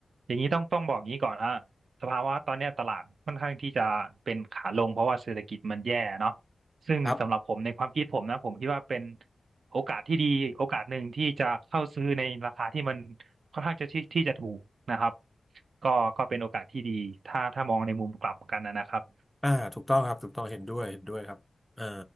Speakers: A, on the right; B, in the centre.
A: อย่างนี้ต้องต้องบอกอย่างนี้ก่อนฮะสภาวะตอนเนี้ยตลาดค่อนข้างที่จะเป็นขาลงเพราะว่าเศรษฐกิจมันแย่เนาะซึ่งสำหรับผมในความคิดผมนะผมคิดว่าเป็น
B: ครับ
A: โอกาสที่ดีโอกาสหนึ่งที่จะเข้าซื้อในราคาที่มันค่อนข้างจะที่ที่จะถูกนะครับก็ก็เป็นโอกาสที่ดีถ้าถ้ามองในมุมกลับกันนะครับ
B: อ่าถูกต้องครับถูกต้องเห็นด้วยเห็นด้วยครับเออ